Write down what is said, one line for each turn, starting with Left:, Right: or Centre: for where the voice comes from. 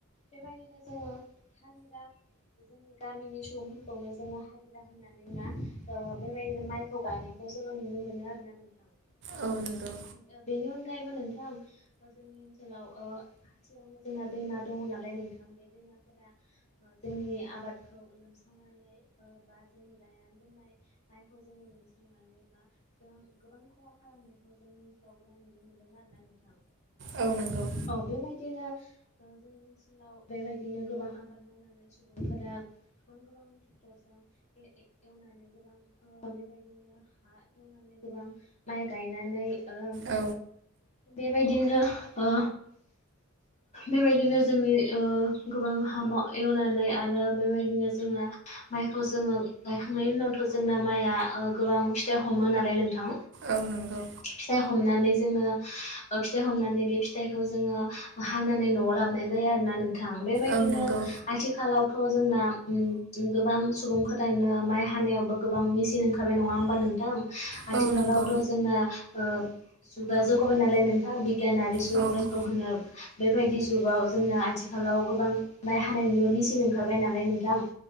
Left: बेबायदिनो जोङो हाजिरा जोंनि गामिनि सुबुंफोरखौनो जोङो हाजिरा होनानै मा ओ बेबायदिनो माइखौ गायनायखौ जोङो नुनो मोनो आरो ना नोंथां
Right: औ
Left: <unintelligible>
Right: नंगौ
Left: ओ बेनि अनगायैबो नोंथां जोंनि ओनसोलाव ओ खाथियावनो जोंना दैमा दङ नालाय <unintelligible> बे दैमाफोरा जोंनि ओ आबादखौ लोमसावनानै ओ बा जोंनि गायनानै दोननाय माइखौ जोङो लोमसावनानै बा जों गोबां खहा खालामनायखौ जों जोंनि ओनसोलाव गोबां नुनो मोनदों आरो ना नोंथां
Right: औ नंगौ
Left: औ बेबायदिनो ओ जोंनि ओनसोलाव बेबायदिनो गोबां आबाद मावनानै सुबुंफोरा गोबां गोबां टरजों ए-ए-एवनानै गोबां ओ बेबायदिनो हा एवनानै गोबां माइ गायनानै ओ
Right: औ
Left: बेबायदिनो ओ बेबायदिनो जोंनि ओ गोबां हामा एवनानै आरो बेबायदिनो जोंना माइखौ जोङो गायखांनायनि उनावथ' जोंना माइआ ओ गोबां फिथाइ हमो नालाय नोंथां।
Right: औ नंगौ
Left: फिथाइ हमनानै जोङो ओ फिथाइ हमनानै बे फिथाइखौ जोङो हानानै न'आव लाबोनाय जायो आरोना नों थां बेबायदिनो
Right: औ नंगौ
Left: आथिखालावथ' जोंना ओम ओम गोबां सुबुंफोर <unintelligible> माइ हानायावबो गोबां मेसिन ओंखारबाय नङा होमबा नोंथां आथिखालावथ'
Right: औ नंगौ
Left: जोंना ओ जुगा जौगाबाय नालाय नोंथां बि गियानारि <unintelligible>
Right: औ
Left: बेबायदि जुगाव जोङो आथिखालाव गोबां माइ हानायनिबो मेचिन ओंखारबाय नालाय नोंथां।